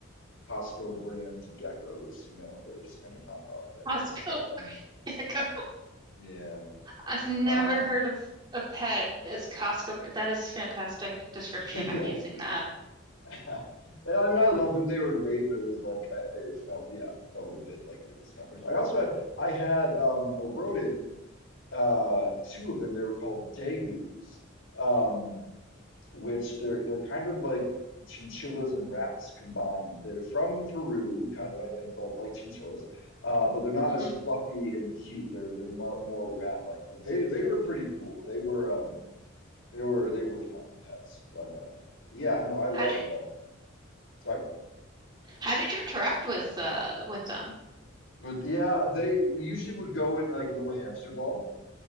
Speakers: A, on the left (about 70°); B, on the right (about 20°).
A: Costco brand geckos, you know, they're just kind of knockoff geckos.
B: Costco
A: But um
B: <laughs> gecko.
A: yeah.
B: I've never
A: Um
B: heard of a pet as Costco. That is fantastic description.
A: <laughs> yeah.
B: I'm using that.
A: <laughs> And I mean I loved them. They were great, but it was like I, it felt yeah, it felt a little bit like their discount version. I also had I had um a rodent, uh two of them. They were called Daegus. Um which they're they're kind of like chinchillas and rats combined. They're from Peru, kind of, I think, like like chinchillas, uh, but they're not
B: Mhm.
A: as fluffy and cute. They're they're more, more rat-like. But they they were pretty cool. They were um they were they were fun pets. But uh yeah, no, I love
B: How did
A: uh sorry.
B: How did you interact with uh with them?
A: But yeah, they we usually would go in like a little hamster ball.